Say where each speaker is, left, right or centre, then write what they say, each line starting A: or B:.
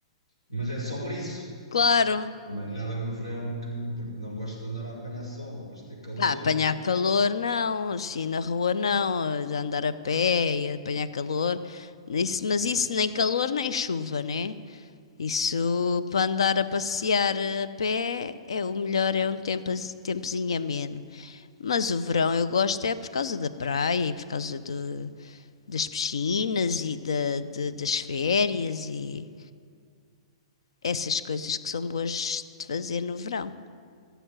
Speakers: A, on the left; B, on the left.
A: Mas é só por isso.
B: claro.
A: Não é nada no verão que me- porque não gosto de andar a apanhar sol, não gosto de ter calor,
B: Ah, apanhar
A: não-
B: calor não, assim na rua não, a andar a pé e apanhar calor. Isso, mas isso nem calor nem chuva, né? Isso para andar a passear a pé é o melhor, é um tempo, tempozinho ameno. Mas o verão eu gosto é por causa da praia e por causa do, das piscinas e da, de- das férias e essas coisas que são boas de fazer no verão.